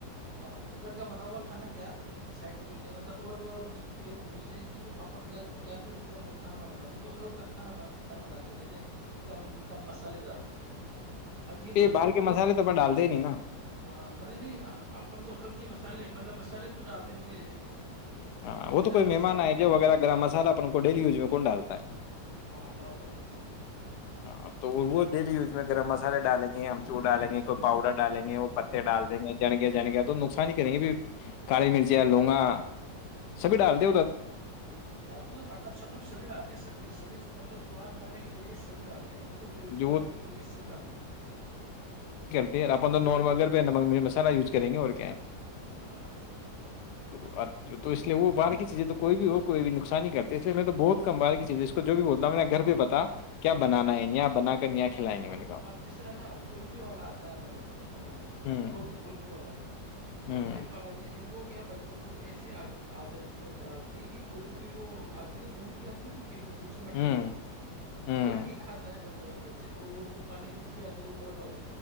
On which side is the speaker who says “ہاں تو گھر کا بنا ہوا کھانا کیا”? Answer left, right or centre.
Right